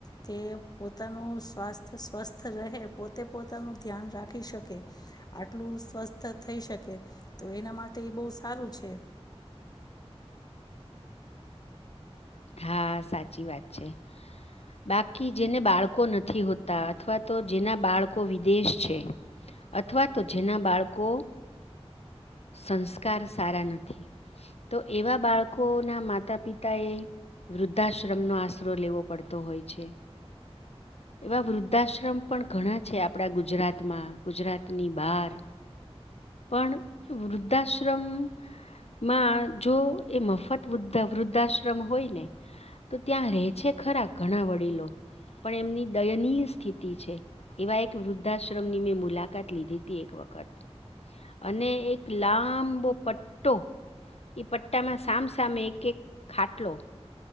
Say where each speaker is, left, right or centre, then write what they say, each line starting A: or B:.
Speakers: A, on the left; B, on the left.
A: કે પોતાનું સ્વાસ્થ સ્વસ્થ રહે પોતે પોતાનું ધ્યાન રાખી શકે આટલું સ્વસ્થ થઈ શકે તો એના માટે એ બહુ સારું છે.
B: હા સાચી વાત છે. બાકી જેને બાળકો નથી હોતા અથવા તો જેના બાળકો વિદેશ છે અથવા તો જેના બાળકો સંસ્કાર સારા નથી. તો એવા બાળકોના માતા પિતાએ વૃદ્ધાશ્રમનો આશરો લેવો પડતો હોય છે. એવા વૃદ્ધાશ્રમ પણ ઘણા છે આપણા ગુજરાતમાં ગુજરાતની બહાર પણ વૃદ્ધાશ્રમમાં જો એ મફત વૃ્ધ વૃદ્ધાશ્રમ હોય ને તો ત્યાં રહે છે ખરા ઘણા વડીલો પણ એમની દયનીય સ્થિતિ છે. એવા એક વૃદ્ધાશ્રમની મેં મુલાકાત લીધી હતી એક વખત અને એક લાંબો પટ્ટો એ પટ્ટામાં સામસામે એક એક ખાટલો